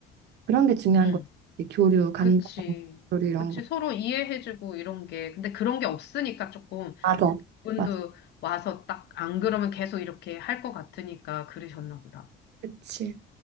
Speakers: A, on the right; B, on the left.
A: 그런 게 중요한
B: 응.
A: 거지. 교류, 감정,
B: 그치.
A: 교류 이런
B: 그치.
A: 거.
B: 서로 이해해주고 이런 게. 근데 그런 게 없으니까 조금
A: 맞아.
B: 분도
A: 맞아.
B: 와서 딱 안 그러면 계속 이렇게 할 것 같으니까 그러셨나 보다.
A: 그치.